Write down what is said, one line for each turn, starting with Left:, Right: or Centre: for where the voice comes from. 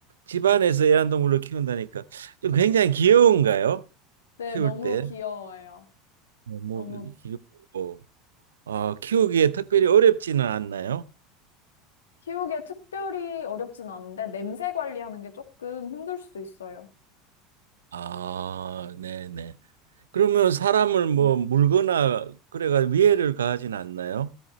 Right: 집안에서 애완동물로 키운다니까 좀 굉장히 귀여운가요?
Left: 네,
Right: 키울
Left: 너무
Right: 때
Left: 귀여워요.
Right: 너무
Left: 너무
Right: 귀엽고 어, 키우기에 특별히 어렵지는 않나요?
Left: 키우기에 특별히 어렵진 않은데 냄새 관리하는 게 조금 힘들 수도 있어요.
Right: 아, 네네. 그러면 사람을
Left: 음.
Right: 뭐 물거나 그래가 위해를 가하진 않나요?